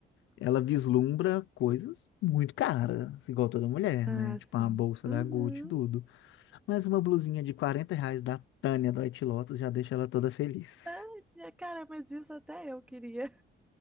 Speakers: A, on the left; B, in the centre.
A: ela vislumbra coisas muito caras, assim, igual toda mulher,
B: Ah,
A: né? Tipo
B: sim.
A: uma bolsa
B: Uhum.
A: da Gucci, e tudo. Mas uma blusinha de 40 reais da Tânia do White Lotus já deixa ela toda feliz.
B: Ai, minha cara, mas isso até eu queria.